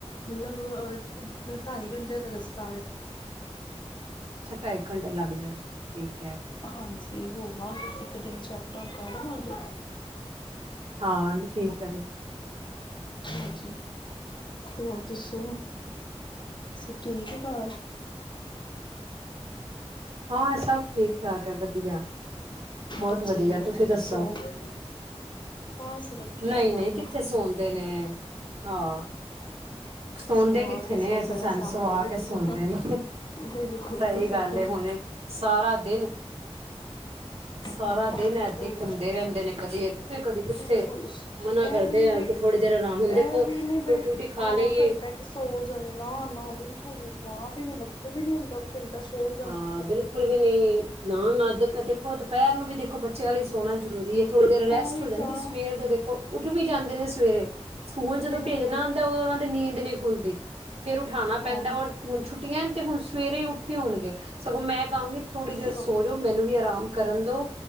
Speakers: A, on the left; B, on the right.
A: ਮਤਲਬ ਅਹ ਢਾਈ ਘੰਟਿਆਂ ਦਾ ਰਸਤਾ ਵ
B: ਅੱਛਾ ਢਾਈ ਘੰਟੇ ਲੱਗ ਜਾਂਦੇ ਠੀਕ ਹੈ
A: ਹਾਂਜੀ ਹੋਵਾਂਗੇ ਅਸੀਂ ਇੱਕ ਦਿਨ ਚ ਅਪ ਡਾਊਨ ਕਰ ਆਵਾਂਗੇ
B: ਹਾਂ ਨਹੀਂ ਠੀਕ ਹੈ ਬਿਲਕੁਲ
A: ਹਾਂਜੀ ਹੋਰ ਦੱਸੋ ਸਬ ਠੀਕ ਹੈ ਘਰ
B: ਹਾਂ ਸਭ ਠੀਕ ਠਾਕ ਹੈ ਵਧੀਆ ਬਹੁਤ
A: ਬੱਚੇ
B: ਵਧੀਆ
A: ਕੀ ਕਰਤੇ
B: ਤੁਸੀਂ ਦੱਸੋ
A: ਥੇ ਸੋ ਗਏ ਬਸ ਲੱਗੇ
B: ਨਹੀਂ
A: ਆ ਕੰਮ
B: ਨਹੀਂ ਕਿੱਥੇ ਸੁਣਦੇ ਨੇ ਹਾਂ ਸੌਦੇ
A: ਸੁਆ
B: ਕਿੱਥੇ
A: ਕੇ
B: ਨੇ
A: ਸੋਦੇ
B: ਸਾਨੂੰ ਸੁਵਾ
A: ਤਾਂ ਬਿਲਕੁਲ
B: ਕੇ ਸੁਦੇ ਨੇ
A: ਬਿਲਕੁਲ
B: ਸਹੀ
A: ਬਿਲਕੁਲ
B: ਗੱਲ ਹੁਣੇ ਸਾਰਾ ਦਿਨ ਸਾਰਾ
A: ਹਾਂ
B: ਦਿਨ
A: ਬਿਲਕੁਲ
B: ਐਥੇ ਘੁੰਮਦੇ ਰਹਿੰਦੇ ਨੇ ਕਦੀ ਇੱਥੇ ਕਦੀ ਕਿੱਥੇ
A: ਬਿਲਕੁਲ
B: ਮਨਾ
A: ਇਹ
B: ਕਰਦੇ
A: ਵੀ ਨੀ
B: ਆ
A: ਬਈ
B: ਕਿ ਥੋੜ੍ਹੀ ਦੇਰ ਆਰਾਮ ਹੁਣ
A: ਇਹ
B: ਦੇਖੋ
A: ਵੀ ਨੀ ਬਇ
B: ਰੋਟੀ ਰੂਟੀ ਖਾ
A: ਹਾਂ
B: ਲਈਏ
A: ਘੰਟਕ ਸੋਜਨ ਨਾ ਨਾ ਬਿਲਕੁਲ ਨੀ ਜਵਾਬ ਮਤਲਬ ਵੀ ਨੀ ਹੁੰਦਾ ਘੰਟਾ ਸੋ ਜਾਣ
B: ਹਾਂ ਬਿਲਕੁਲ ਵੀ ਨਹੀਂ ਨਾ ਨਾ ਦਕ ਦੇਖੋ ਦੁਪਹਿਰ ਨੂੰ ਵੀ ਦੇਖੋ ਬੱਚਿਆਂ ਲਈ ਸੋਣਾ ਜ਼ਰੂਰੀ ਹੈ। ਥੋੜ੍ਹੀ ਦੇਰ ਰੈਸਟ
A: ਉਹੀ
B: ਹੋ ਜਾਂਦੀ
A: ਤਾਂ
B: ਸਵੇਰ ਦੇਖੋ ਉੱਠ ਵੀ ਜਾਂਦੇ ਨੇ ਸਵੇਰੇ ਸਕੂਲ ਜਦੋਂ
A: ਬਿਲਕੁਲ
B: ਭੇਜਣਾ ਹੁੰਦਾ ਉਦੋਂ ਉਹਨਾਂ ਦੀ ਨੀਂਦ ਨਹੀਂ ਖੁੱਲਦੀ ਫੇਰ ਉਠਾਉਣਾ
A: ਹਾਂ
B: ਪੈਂਦਾ ਔਰ ਹੁਣ ਛੁੱਟੀਆਂ ਤੇ ਹੁਣ ਸਵੇਰੇਹੀ ਹੀ ਹੋਣਗੇ ਸਗੋਂ ਮੈਂ ਕਹਾਂਗੀ ਥੋੜ੍ਹੀ ਦੇਰ
A: ਸਭ
B: ਸੋਜੋ ਮੈਨੂੰ ਵੀ ਆਰਾਮ ਕਰਨ ਦੋ